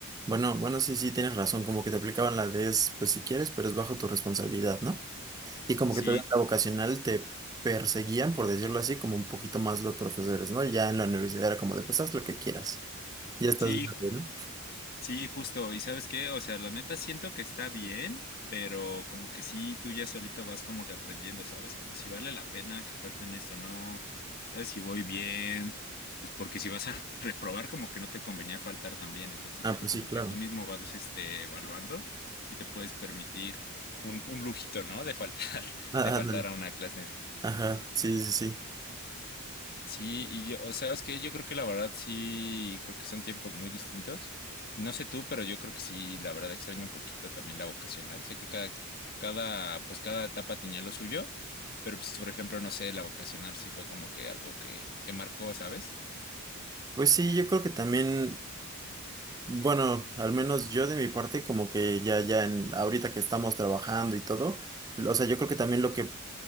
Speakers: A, on the right; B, on the left.
A: bueno, bueno, sí, sí, tienes razón, como que te aplicaban la de, es, pues si quieres, pero es bajo tu responsabilidad, ¿no? Y como
B: Sí,
A: que todavía en la vocacional te perseguían, por decirlo así, como un poquito más los profesores, ¿no? Ya en la universidad era como de, pues haz lo que quieras. Ya estás
B: sí,
A: grande,
B: ju-
A: ¿no?
B: Sí, justo. ¿Y sabes qué? O sea, la neta siento que está bien, pero como que sí, tú ya solito vas como que aprendiendo, ¿sabes? Como si vale la pena que falten esto, no. ¿Sabes si voy bien? Pues porque si vas a <laughs> reprobar, como que no te convenía faltar también. Entonces
A: Ah,
B: yo creo
A: pues
B: como
A: sí, claro.
B: que tú mismo vas, este, evaluando si te puedes permitir un, un lujito, ¿no? De faltar, <laughs>
A: Ah,
B: de faltar
A: ándale.
B: a una clase.
A: Ajá, sí, sí, sí.
B: Sí, y yo, ¿sabes qué? Yo creo que la verdad sí, creo que son tiempos muy distintos. Y no sé tú, pero yo creo que sí, la verdad extraño un poquito también la vocacional. Sé que cada, cada, pues cada etapa tenía lo suyo, pero pues, por ejemplo, no sé, la vocacional sí fue como que algo que, que marcó, ¿sabes?
A: Pues sí, yo creo que también, bueno, al menos yo de mi parte, como que ya, ya en, ahorita que estamos trabajando y todo, o sea, yo creo que también lo que